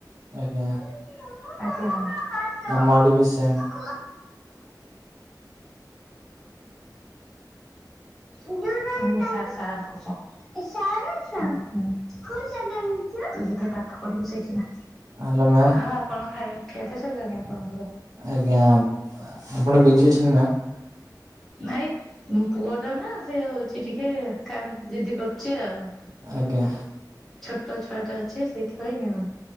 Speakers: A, on the right (about 50°); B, in the centre.
A: ଆଜ୍ଞା।
B: ଆଜ୍ଞା।
A: ଆମ ଆଡେ ବି ସେମ୍
B: ମୁଁ ସା-ସାର୍ ଙ୍କ ସହ। ହୁଁ ହୁଁ ତୁ ଜ ପାଠ ପଢ଼ିବୁ ସେଇଠି ନା।
A: ହ୍ୟାଲୋ ମ୍ୟାମ
B: ଆଉ ଆପଣ ଖାଇବା ଖିଆ ତ ସଇଲାଣି ଆପଣ
A: ଆଜ୍ଞା ଆ ଆପଣ ବିଜି ଅଛନ୍ତି ମ୍ୟାମ?
B: ନାଇଁ ଉଁ ପୁଅ ଟା ନା ସେ ହଉଛି ଟିକେ କାମ ଜିଦି କରୁଛି ଆଉ।
A: ଆଜ୍ଞା।
B: ଛୋଟ ଛୁଆଟା ଅଛି ସେଇଥିପାଇଁ ଆଉ।